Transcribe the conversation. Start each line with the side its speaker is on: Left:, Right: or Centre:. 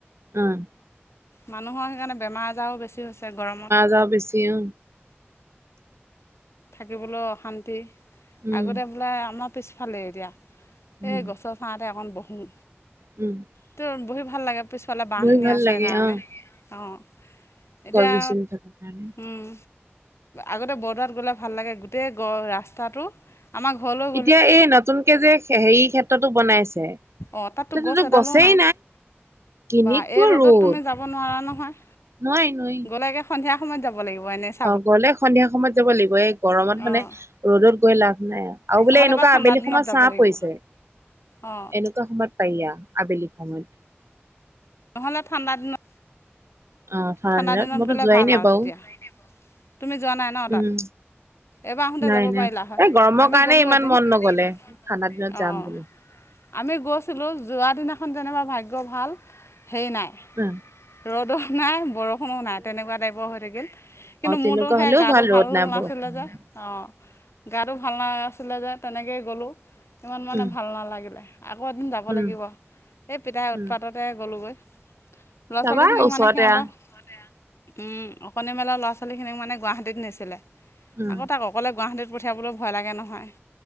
Right: অ',
Left: মানুহৰ সেইকাৰণে বেমাৰ আজাৰো বেছি হৈছে গৰমত
Right: যা বছি তিয়হ
Left: থাকিবলৈ অশান্তি
Right: উম,
Left: আগতে বোলে আমাৰ পিছফালে এতিয়া
Right: উম,
Left: এই গছৰ ছাঁতে অকণ বহোঁ
Right: উম
Left: ত বহি ভাল লাগে পিছফালে বাঁহখিনি
Right: গৈ ভাল
Left: আছে
Right: লাগে
Left: কাৰণে
Right: অ',
Left: অঁ এতিয়া
Right: গছ গছনি থকাৰ কাৰণে।
Left: উম আগতে বৰদোৱাত গ'লে ভাল লাগে গোটেই গ ৰাস্তাটো আমাক ঘৰলও
Right: এতিয়া এই নতুনকে যে হেৰি ক্ষেত্ৰতো বনাইছে
Left: অ তাততো
Right: তাতেতো
Left: গছ এডালো
Right: গছেই
Left: নাই
Right: কেনেকুৱা
Left: বা এই ৰ'দত
Right: ৰ'দ
Left: তুমি যাব নোৱাৰা নহয়
Right: নোৱাৰি নোৱাৰি
Left: লাগে সন্ধিয়া সময়ত যাব লাগিব এনেচ
Right: অ গ'লে সন্ধিয়া সময়ত যাব লাগিব এই গৰমত মানে
Left: অঁ
Right: ৰ'দত গৈ লাভ নাই আৰু
Left: নহ'লে
Right: বোলে এনেকুৱা
Left: বা ঠাণ্ডা
Right: আবেলি
Left: দিনত
Right: সময়ত
Left: যাব
Right: ছাহ
Left: লাগিব
Right: তেনেকুৱা
Left: অঁ
Right: সময়ত পাৰি য়া আবেলি সময়ত
Left: নহ'লে ঠাণ্ডা দিনত
Right: অ
Left: ঠাণ্ডা দিনত
Right: মইতো
Left: গ'লে
Right: যোৱাই
Left: ভাল
Right: নাই
Left: আৰু
Right: বাৰু
Left: তেতিয়া তুমি যোৱা নাই ন তাত?
Right: উম
Left: এবাৰ আহোতে
Right: নাই
Left: যাব
Right: নাই
Left: পাৰিলা হয়,
Right: এই গৰমৰ
Left: আমি
Right: কাৰণে
Left: গ'লোঁ
Right: ইমান
Left: এদিন
Right: মন
Left: অঁ
Right: নগলে ঠাণ্ডা দিনত যাম বোলো
Left: আমি গৈছিলোঁ যোৱা দিনাখন যেনিবা ভাগ্য ভাল সেই নাই।
Right: <unintelligible>
Left: ৰ'দো নাই বৰষুণো নাই, তেনেকুৱা টাইপৰ হৈ থাকে কিন্তু
Right: অ
Left: মোৰতো
Right: তেনেকুৱা
Left: সেই
Right: হলেও
Left: গাটো ভাল
Right: ৰ'দ নাই
Left: নাছিলে
Right: বৰষুণ
Left: যে
Right: নাই
Left: অ গাটো ভাল নাছিলে যে তেনেকেই গ'লোঁ সিমান মানে
Right: উম
Left: ভাল নালাগিলে আকৌ এদিন যাব
Right: উম
Left: লাগিব এই পিতাই উৎপাততে
Right: উম
Left: গ'লোগৈ ল'ৰা
Right: যাবা
Left: ছোৱালীখিনিক
Right: ওচৰতে
Left: মানে সিহঁতে
Right: আ
Left: উম অকণি মেলা ল'ৰা ছোৱালীখিনিক মানে গুৱাহাটীত নিছিলে
Right: উম
Left: আকৌ তাক অকলে গুৱাহাটীত পঠিয়াবলেও ভয় লাগে নহয়